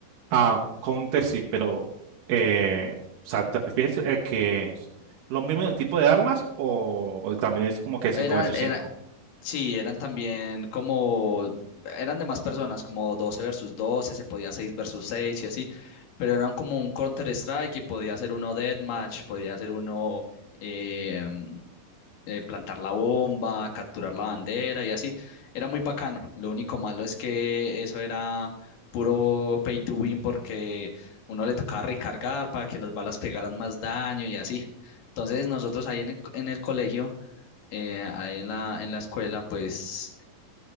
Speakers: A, on the right; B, on the left.
A: Ah, Counter sí, pero eh, o sea, ¿te refieres a que es lo mismo en el tipo de armas o, o también es como que 5
B: Era,
A: versus
B: era,
A: cinco
B: Sí, eran también como, eran de más personas, como 12 versus 12, se podía 6 versus 6 y así, pero eran como un Counter Strike y podía ser uno Deathmatch, podía ser uno eh, em, eh, plantar la bomba, capturar la bandera y así. Era muy bacano. Lo único malo es que eso era puro pay to win porque uno le tocaba recargar para que las balas pegaran más daño y así. Entonces nosotros ahí en el, en el colegio eh, ahí en la, en la escuela, pues